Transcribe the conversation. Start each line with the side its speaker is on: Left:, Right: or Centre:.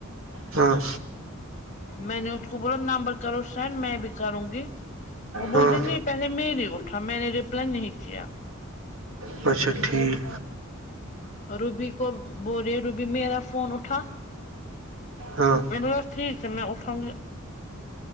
Right: ہاں
Left: میں نے اس کو بولا نمبر کرو سینڈ میں بھی کروں گی وہ بولتے
Right: ہاں
Left: نہیں پہلے میری اٹھا میں نے رپلائی نہیں کیا
Right: ہ اچھا ٹھیک
Left: روبی کو بولے روبی میرا فون اٹھا
Right: ہاں
Left: بس ٹھیک کر میں اٹھوںں